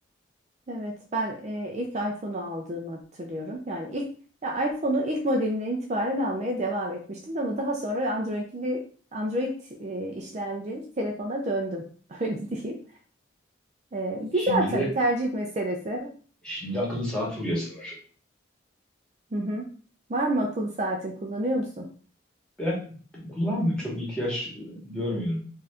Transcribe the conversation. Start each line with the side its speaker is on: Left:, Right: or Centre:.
Right: Evet, ben e, ilk iPhone'u aldığımı hatırlıyorum. Yani ilk ya iPhone'u ilk modelinden itibaren almaya devam etmiştim ama daha sonra Android'li Android e, işlemcili telefona döndüm. <laughs> Öyle diyeyim. E,
Centre: Şimdi
Right: güzel tabii
Centre: de
Right: tercih meselesi.
Centre: Şimdi akıllı saat furyası var.
Right: Hı hı. Var mı akıllı saatin kullanıyor musun?
Centre: Ben kullanmıyorum. Çok ihtiyaç e, görmüyorum.